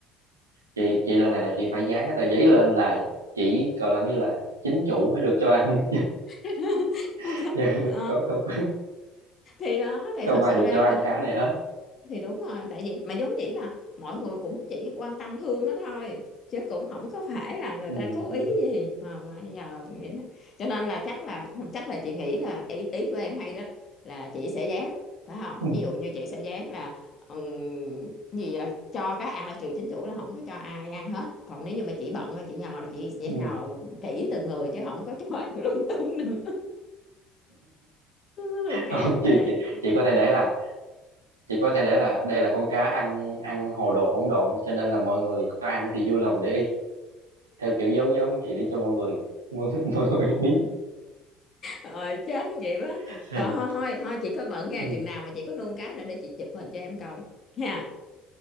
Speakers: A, on the right (about 85°); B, on the left (about 40°).
A: chị
B: chị-
A: chị lần này là chị phải dán cái tờ giấy lên là chỉ gọi làm như là chính chủ mới được cho ăn
B: <laughs>
A: <laughs> Dạ,
B: đó.
A: không không
B: thì đó thì
A: không
B: thật
A: ai
B: sự
A: được
B: ra
A: cho
B: là
A: ăn cá này hết
B: thì đúng rồi tại vì mà giống vậy là mọi người cũng chỉ quan tâm thương nó thôi chứ cũng không có phải là người
A: ừ,
B: ta cố
A: ừ,
B: ý gì mà mà giờ vậy đó cho nên là chắc là không chắc là chị nghĩ là ý ý của em hay đó là chị sẽ dán phải không
A: ừ,
B: ví dụ như chị sẽ dán là ừm, gì là cho cá ăn là trừ chính chủ là không có cho ai ăn hết còn nếu như mà chị bận rồi chị nhờ là chị sẽ
A: ừ.
B: nhờ kỹ từng người chứ không có <laughs> cho ai lung tung nữa <laughs> Rồi kiểu
A: không chị
B: vậy
A: chị chị có thể để là chị có thể để là đây là con cá ăn ăn hồ đồ hỗn độn cho nên là mọi người có ăn thì vui lòng để ý theo kiểu giống giống vậy để cho mọi người mọi, <laughs> mọi người biết
B: Rồi chết vậy quá.
A: <laughs>
B: Rồi thôi thôi thôi chị có bận nha,
A: Ừ.
B: chừng nào mà chị có nuông cá nữa để chị chụp hình cho em coi. nha